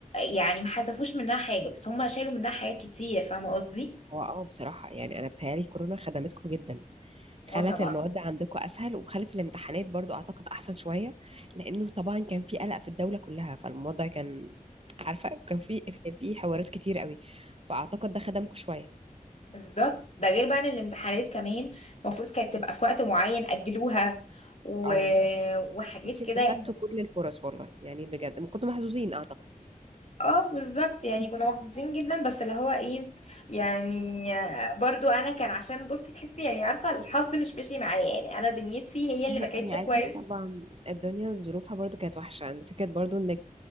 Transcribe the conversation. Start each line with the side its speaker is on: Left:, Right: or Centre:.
Left: يعني ما حذفوش منها حاجة بس هم شالوا منها حاجات كتير فاهمة قصدي؟
Right: هو اه بصراحه يعني انا بتهيالي كورونا خدمتكم جدا
Left: اه
Right: خلت
Left: طبعا
Right: المواد عندكم اسهل وخلت الامتحانات برضو اعتقد احسن شويه لانه طبعا كان في قلق في الدوله كلها فالموضوع كان عارفه كان في كان في حوارات كتير قوي فاعتقد ده خدمكم شويه
Left: بالظبط ده غير بقى ان الامتحانات كمان المفروض كانت تبقى في وقت معين اجلوها و...
Right: اه
Left: وحاجات
Right: بصي
Left: كده
Right: انتوا خدتوا
Left: يعني
Right: كل الفرص والله يعني بجد كنتوا محظوظين اعتقد
Left: اه بالظبط يعني كنا محظوظين جدا بس اللي هو ايه يعني برضو انا كان عشان بصي تحسي يعني عارفه الحظ مش ماشي معايا يعني انا دنيتي
Right: بس
Left: هي اللي
Right: هي
Left: ما كانتش
Right: هي
Left: كويسه
Right: اكيد طبعا الدنيا ظروفها برضو كانت وحشه عند فكره برضو انك